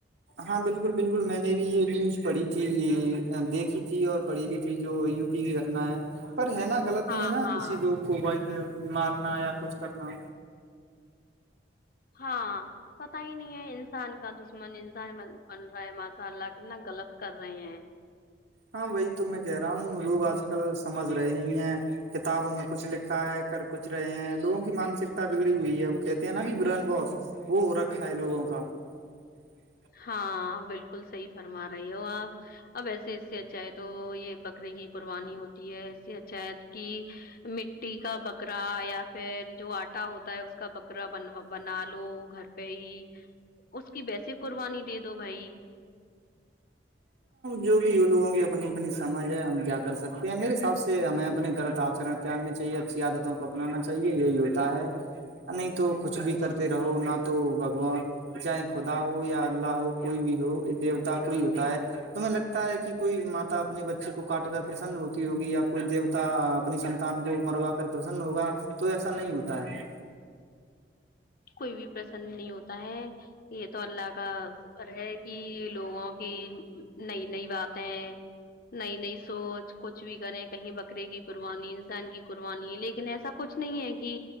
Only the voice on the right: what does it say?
ہاں بالکل بالکل میں نے بھی یہ نیوز پڑھی تھی تھی دیکھی تھی اور پڑھی بھی تھی جو یو کی گٹنا ہے پر ہے نا غط
ہے نا
کسی لوگ کو ب مارنا یا کچھ کرنا
ہاں وہی تو میں کہہ رہا ہوں لوگ آج کل سمجھ رہے نہیں ہے کتابوں میں کچھ لکھا ہے کر کچھ رہے ہیں لوگوں کی مانسکتا بگڑی ہوئی ہے وہ کہتے ہیں نا کہ برن بوس وہ ہو رکھا ہے لوگوں کو <inaudible>
جو بھی یہ لوگوں کی اپنی اپنی سمجھ ہے ہم کیا کر سکتے ہیں میرے حساب سے ہمیں اپنے گھر آر تیاگنی چاہیے اچھی عادتوں کو اپنانا چاہیے یہی ہوتا ہے نہیں تو کچھ بھی کرتے رہو نہ تو بگوان چاہے خدا ہو یا اللہ ہو کوئی بھی ہو دیوتا کوئی ہوتا ہے تو ہم لگتا ہے کہ کوئی ماتا اپنے بچے کو کاٹ کر پرسن ہوتی ہوگی یا کوئی دیوتا اپنی سنتان کو مروا کر پرسن ہوگا تو ایسا نہیں ہوتا ہے